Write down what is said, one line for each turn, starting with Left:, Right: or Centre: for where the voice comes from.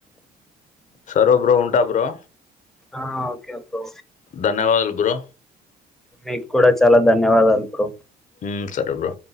Left: సరో బ్రో ఉంటా బ్రో
Centre: ఆ ఓకే బ్రో
Left: ధన్యవాదాలు బ్రో
Centre: మీకు కూడా చాలా ధన్యవాదాలు బ్రో
Left: హ్మ్మ్ సరే బ్రో